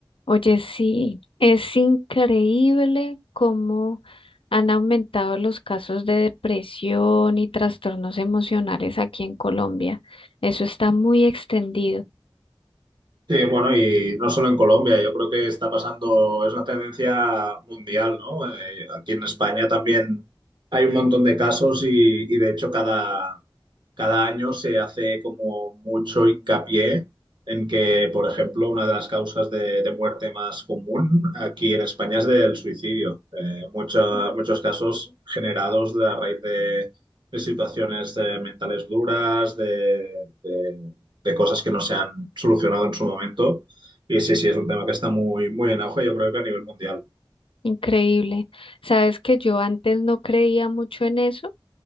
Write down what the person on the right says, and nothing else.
Sí, bueno, y no solo en Colombia, yo creo que está pasando, es una tendencia mundial, ¿no? Eh, aquí en España también hay un montón de casos y, y de hecho cada, cada año se hace como mucho hincapié en que, por ejemplo, una de las causas de, de muerte más común aquí en España es del suicidio. Eh, mucha- muchos casos generados de- a raíz de, de situaciones eh, mentales duras, de de cosas que no se han solucionado en su momento. Y sí, sí, es un tema que está muy, muy en auge, yo creo que a nivel mundial.